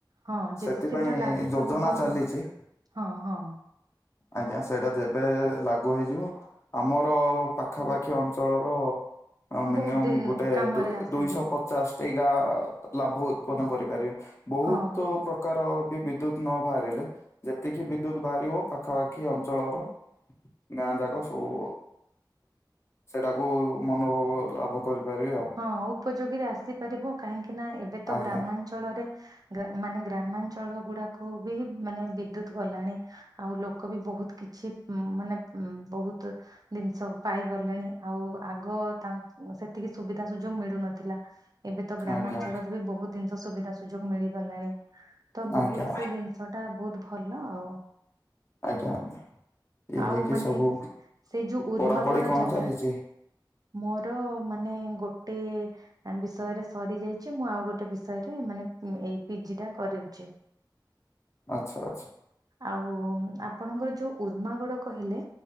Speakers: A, on the right; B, on the left.
A: ହଁ ଯେତେ
B: ସେଥିପାଇଁ
A: ଶୀଘ୍ର ଲାଗୁ
B: ଯୋଜନା
A: କଲେ ବହୁତ
B: ଚାଲିଛି।
A: ହଁ ହଁ।
B: ଆଜ୍ଞା। ସେଇଟା ଯେବେ ଲାଗୁ ହେଇଯିବ ଆମର ପାଖାପାଖି ଅଞ୍ଚଳର ଆ ମିନିମମ୍
A: ବହୁତ
B: ଗୋଟେ
A: କାମରେ ଆସିଯିବ
B: ଦୁଇଶହ ପ ପଚାଶ ଟି ଗାଁ ଲାଭ ଉତ୍ପନ୍ନ କରିପାରିବେ ବହୁତ
A: ହଁ ହଁ।
B: ପ୍ର ପ୍ରକାର ବି ବିଦ୍ୟୁତ ନ ବାହାରିଲେ ଯେତିକି ବିଦ୍ୟୁତ ବାହାରିବ ପାଖାପାଖି ଅଞ୍ଚଳର ଗାଁ ଯାକ ସବୁ ସେଇଟାକୁ ମନୋଭାବ ଲାଭ କରିପାରିବେ ଆଉ।
A: ହଁ ଉପଯୋଗୀରେ ଆସିପାରିବ କାହିଁକି ନା ଏବେ ତ
B: ଆଜ୍ଞା
A: ଗ୍ରାମାଞ୍ଚଳ ଞ୍ଚଳରେ ମାନେ ଗ୍ରାମାଞ୍ଚଳ ଗୁଡାକୁ ବି ମାନେ ବିଦ୍ୟୁତ ଗଲାଣି ଆଉ ଲୋକ ବି ବହୁତ କିଛି ମାନେ ବହୁତ ଜିନିଷ ପାଇଗଲେଣି ଆଉ ଆଗ ତାଙ୍କ ସେତିକି ସୁବିଧା ସୁଯୋଗ ମିଳୁନଥିଲା ଏବେ ତ ଗ୍ରାମାଞ୍ଚଳରେ
B: ଆଜ୍ଞା
A: ବି ବହୁତ ଜିନିଷ ସୁବିଧା ସୁ ସୁଯୋଗ ମିଳିଗଲାଣି ତ
B: ଆଜ୍ଞା
A: ବହୁତ ସେ ଜିନିଷ ଟା ବହୁତ ଭଲ ଆଉ
B: ଆଜ୍ଞା ଆଜ୍ଞା। ଇଏ
A: ଆଉ
B: ହେଇକି
A: ମାନେ
B: ସବୁ <inaudible>
A: ସେଇ ଯୋଉ ଉର୍ମାଗଡ
B: ପଢାପଢି କଣ
A: ଜାଗା
B: ଚାଲିଛି?
A: ମୋର ମାନେ ଗୋଟେ ବିଷୟରେ ସରି ଯାଇଛି। ମୁଁ, ଆଉ ଗୋଟେ ବିଷୟରେ ମାନେ ଏଇ ପିଜି ଟା କରାଉଛି।
B: <inaudible> ଆଚଛା ଆଚଛା।
A: ଆଉ ଆପଣଙ୍କର ଯୋଉ ଉର୍ମାଗଡ କହିଲେ।